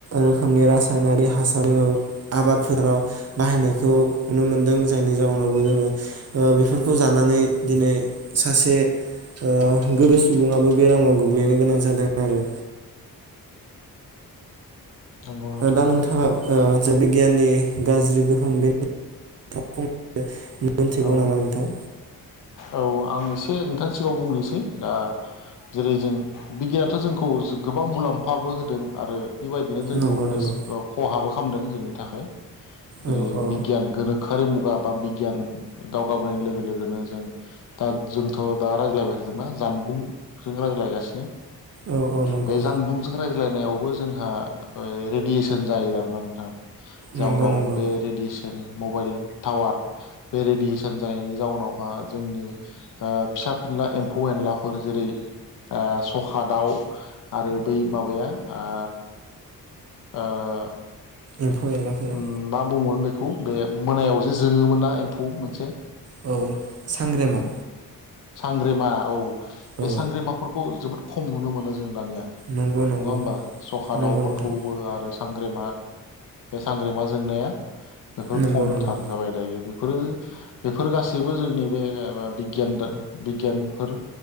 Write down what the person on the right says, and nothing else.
रोखोमनि रासायनारि हासार दोङो आबादफोराव बाहायनायखौ नुनो मोनदों जायनि जाउनावबो जोङो ओ बेफोर जानानै दिनै सासे ओ गोदो सुबुङाबो बेरामाव गोग्लैनो गोनां जादों आरो
दा नोंथाङा ओ जे बिगियाननि गाज्रि गोहोम बेनो मोनथिगौ
नामा नोंथां
नंगौ नंगौ
औ औ
औ औ नंगौ
नंगौ नंगौ
एम्फौ एनलाफोरा
औ सांग्रेमा
औ
नंगौ नंगौ
नंगौ
नोंथां
नंगौ
नंगौ